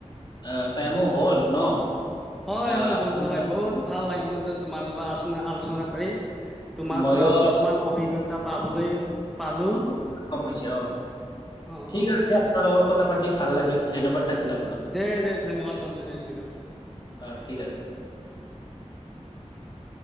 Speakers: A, on the left; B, in the centre.
A: আ টাইমো হ'ল ন
B: হয়
A: আহ
B: হয়
A: আপুনি
B: বন্ধু হয়
A: বা-
B: বহুত
A: অ,
B: ভাল লাগে বন্ধু তোমাৰ লগত আলোচনা আলোচনা
A: অ,
B: কৰি তোমাৰ
A: ময়ো
B: প পৰাও কিছুমান অভিজ্ঞতা পাবলৈ পালো
A: উ সমস্যা অ
B: অ
A: ঠিক
B: অ
A: আছে আপোনাৰ লগৰ কথা পাতি ভাল লাগিল। ধন্যবাদ থাকিল আপোনাক
B: দে দে ধন্যবাদ বন্ধু দে ধন্যবাদ।
A: অ ঠিক আছে
B: <inaudible>